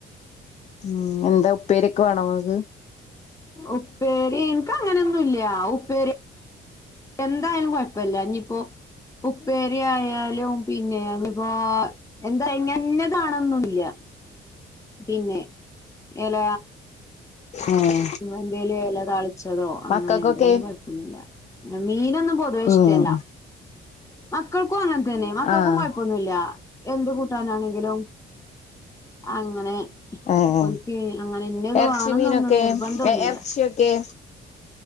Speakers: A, on the left; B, on the left.
A: ഉം എന്താ ഉപ്പേരിയൊക്കെ വേണോ നിങ്ങക്ക്
B: ഉപ്പേരി എനക്ക് അങ്ങനെയൊന്നും ഇല്ല ഉപ്പേരി എന്തായാലും കുഴപ്പില്ല ഇനിയിപ്പോ ഉപ്പേരിയായാ ലും പിന്നെ ഇഞ്ഞിപ്പോ ന്താ ഇന്ന താനൊന്നൊന്നും ഇല്ല. പിന്നെ എല
A: ഉം
B: എന്തേലും എല താളി ച്ചതോ അങ്ങനെ
A: മക്കക്കൊക്കെ
B: എന്തായാലും കുഴപ്പൊന്നില്ല മീനൊന്നും പൊതുവെ ഇഷ്ടല്ല.
A: ഉം
B: മക്കൾ ക്കും അങ്ങനെ തന്നെ മക്കൾക്കും
A: ആഹ്
B: കുഴപ്പൊന്നുല്ല എന്ത് കൂട്ടാനാണെങ്കിലും അങ്ങനെ
A: ഏഹ്
B: ഒൽക്ക് അങ്ങനെ ഇന്നെത്
A: എറച്ചി
B: വേണംന്നൊന്നും
A: മീനൊക്കെ
B: നിർബന്ധം ഒന്നുല്ല.
A: എ എറച്ചിയൊക്കെ